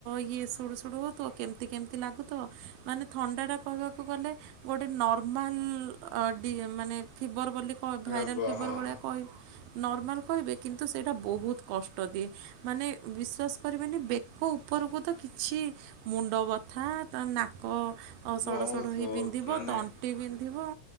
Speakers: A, on the right; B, on the left.
A: ଇଏ ସୁଡୁ-ସୁଡୁ ହଉଥିବ କେମିତି-କେମିତି ଲାଗୁ ମାନେ ଥଣ୍ଡାଟା କହିବାକୁ ଗଲେ ଗୋଟେ ନର୍ମାଲ ମାନେ ଫିବର ବୋଲିହ ଭାଇରାଲ
B: ରୋଗ
A: ଫିିବର
B: ହଁ
A: ଭଳିଆ କହିବ। ନର୍ମାଲ କହିବେ କିନ୍ତୁ ସେଇଟା ବହୁତ କଷ୍ଟ ଦିଏ ମାନେ ବିଶ୍ୱାସ କରିବେନି ବେକ ଉପରକୁ ତ କିଛି ମୁଣ୍ଡ ବଥା ନା ନା
B: ବହୁତ
A: ସଡ଼-ସଡ଼ ହେଇ
B: ବହୁତ
A: ବିନ୍ଧିବ
B: ମାନେ
A: ତଣ୍ଟି ବିନ୍ଧିବ।